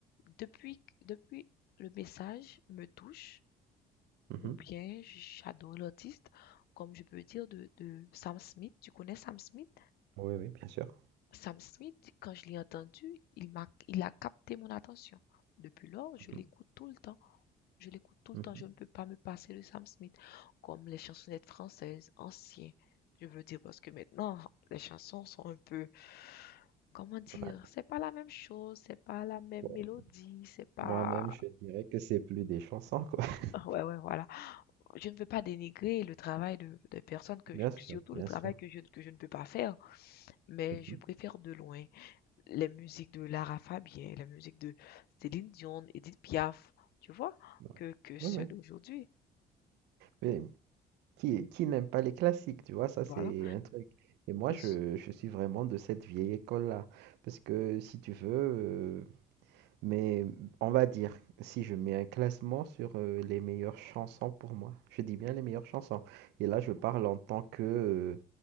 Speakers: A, on the left; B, on the right.
A: depuis, depuis le message me touche,
B: mhm.
A: ou bien j'adore l'artiste, comme je peux dire de, de Sam Smith. Tu connais Sam Smith?
B: Oui, oui, bien sûr.
A: Sam Smith, quand je l'ai entendu, il m'a, il a capté mon attention. Depuis lors, je
B: Mhm,
A: l'écoute tout le temps. je l'écoute tout le
B: mhm.
A: temps, je ne peux pas me passer de Sam Smith, comme les chansonnettes françaises anciennes. Je veux dire, parce que maintenant, les chansons sont un peu, comment dire,
B: Ouais.
A: c'est pas la même chose, c'est pas la même
B: Bon,
A: mélodie, c'est pas,
B: moi-même, je dirais que c'est plus des chansons, quoi. <laughs>
A: ouais, ouais, voilà. Je ne veux pas dénigrer le travail de, des personnes que,
B: Bien
A: je-
B: sûr,
A: surtout
B: bien
A: le travail
B: sûr.
A: que je, que je ne peux pas faire, mais
B: Mhm.
A: je préfère de loin les musiques de Lara Fabian, les musiques de Céline Dion, Edith Piaf, tu vois,
B: Ouais.
A: que, que ceux
B: Ouais, ouais.
A: d'aujourd'hui.
B: Mais qui, qui n'aime pas les classiques, tu vois, ça
A: Voilà.
B: c'est un truc. Et moi,
A: Et,
B: je, je suis vraiment de cette vieille école-là. Parce que si tu veux, euh, mais on va dire, si je mets un classement sur euh, les meilleures chansons pour moi, je dis bien les meilleures chansons. Et là, je parle en tant que